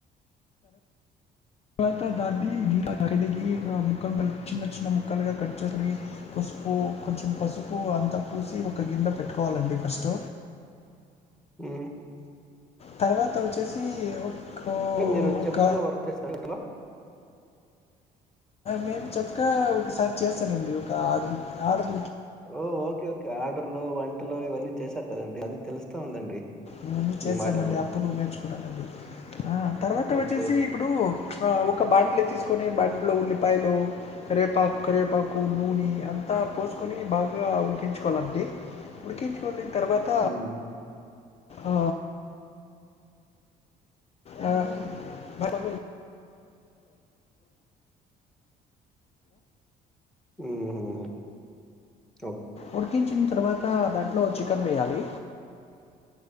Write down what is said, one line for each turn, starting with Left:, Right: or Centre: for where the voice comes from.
Left: తరువాత దాన్ని కడిగి ముక్కలు చిన్న చిన్న ముక్కలుగా కట్ చేసుకుని పసుపు కొంచెం పసుపు అంతా పూసి ఒక గిన్నె పెట్టుకోవాలండి ఫస్ట్
Centre: ఆ
Left: తర్వాత వచ్చేసి ఒక
Centre: మీరు
Left: ఒక
Centre: చెఫ్ గా వర్క్ చేస్తారు హోటల్లో
Left: మేము చెప్పగా ఒకసారి చేస్తానండి ఒక ఆర్డర్ ఆర్డర్
Centre: ఓ ఓకే ఓకే ఆర్డర్లు వంటలు ఇవన్నీ చేశారు కదండి అది తెలుస్తా ఉందండి
Left: ఇవన్నీ చేసామండి
Centre: మీ మాటల్లో
Left: అప్పుడు నేర్చుకున్నానుండి ఆ తర్వాత
Centre: ఓకే
Left: వచ్చేసి
Centre: ఓకే
Left: ఇప్పుడు ఒక బాండ్లే తీసుకొని బాండ్లో ఉల్లిపాయలు కరవేపాకు కరివేపాకు నూనె అంతా పోసుకొని బాగా ఉడికించుకోవాలండి ఉడికించుకొని తర్వాత
Centre: ఉమ్
Left: ఆ ఆ హలో
Centre: ఉమ్
Left: ఉడికించింది తర్వాత దాంట్లో చికెన్ వేయాలి